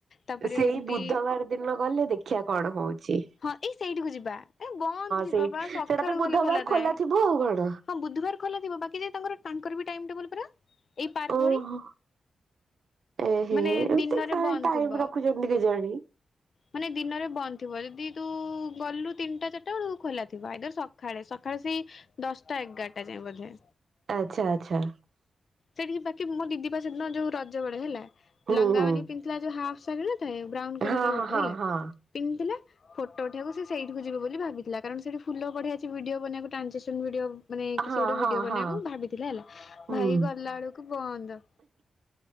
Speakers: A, on the left; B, on the right.
A: ତାପରେ
B: ସେଇ
A: ଏମିତି
B: ବୁଧବାର ଦିନ ଗଲେ ଦେଖିଆ କଣ ହଉଚି।
A: ହଁ ଏଇ ସେଇଠିକୁ ଯିବା ଏ ବନ୍ଦ ଯିବ
B: ସେଇଠି
A: ବା ସକାଳୁ
B: ସେଇଟା ତ ବୁଧବାର
A: ଗଲେ ଖୋଲା ଥାଏ
B: ଥିବ ଆଉ କଣ?
A: ହଁ ବୁଧବାର ଖଲାଥିବ ବାକି ତାଙ୍କର ତାଙ୍କରବି ଟାଇମ୍ ଟେବୁଲ୍ ପରା ଏଇ ପାର୍କ
B: ଓହୋ
A: ଭଳି
B: ଏ ହେ
A: ମାନେ
B: ଏତେ
A: ଦିନରେ
B: କାଇଁ
A: ବନ୍ଦ
B: ଟାଇମି
A: ଥିବ।
B: ରଖୁଛନ୍ତି କେ ଜାଣି।
A: ମାନେ ଦିନରେ ବନ୍ଦ ଥିବ ଯଦି ତୁ ଗଲୁ ତିନିଟା ଚାରିଟା ବେଳକୁ ଖୋଲା ଥିବ ଆଇଦର ସକାଳେ ସକାଳେ ସେଇ ଦଶଟା ଏଗାରଟା ଯାଇଏ ବୋଧେ
B: ଆଛା ଆଛା।
A: ସେଠିକି ବାକି ମୋ ଦିଦି ପା ସେଦିନ ଯୋଉ ରଜ ବେଳେ ହେଲା
B: ହୁଁ
A: ଲଙ୍ଗା
B: ହୁଁ
A: ମାନ ପିନ୍ଧଥିଲା ଯୋଉ ହାପ୍ ସା ଥାଏ ବ୍ରାଉନ କଲର୍
B: ହଁ
A: ଗୋଟେ
B: ହଁ ହଁ
A: ହେଲା
B: ହଁ
A: ପିନ୍ଧିଥିଲା ଫଟୋ ଉଠିବାକୁ ସେଇଠିକୁ ଯିବ ବୋଲି ଭାବିଥିଲା କାରଣ ସେଇଠି ଫୁଲ ପଢିଆ ଅଛି ଡିଓ ବନେଇବାକୁ ଟ୍ରାଞ୍ଜେକ୍ସନ୍ ଭିଡିଓ। ମାନେ କିଛି
B: ହଁ
A: ଗୋଟେ
B: ହଁ
A: ଭିଡିଓ ବନେଇବାକୁ
B: ହଁ
A: ଭାବିଥିଲି ହେଲା
B: ହୁଁ।
A: ଭାଇ ଗଲା ବେଳକୁ ବନ୍ଦ।